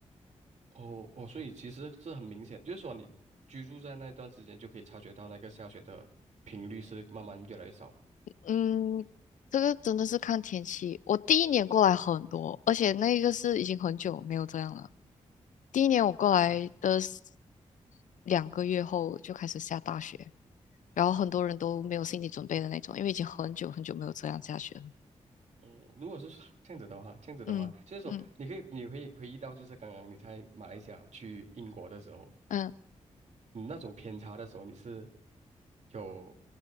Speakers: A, on the right; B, on the left.
A: 哦哦，所以其实是很明显，就是说你居住在那段时间就可以察觉到那个下雪的频率是慢慢越来越少。
B: 嗯，这个真的是看天气。我第一年过来很多，而且那个是已经很久没有这样了。第一年我过来的
A: 嗯
B: s- 两个月后就开始下大雪，然后很多人都没有心理准备的那种，因为已经很久很久没有这样下雪了。
A: 哦，如果是这样子的话，这样子的话，
B: 嗯嗯
A: 就是说你可以你会回忆到，就是刚刚你在马来西亚去英国的时候，
B: 嗯，
A: 你那种偏差的时候，你是有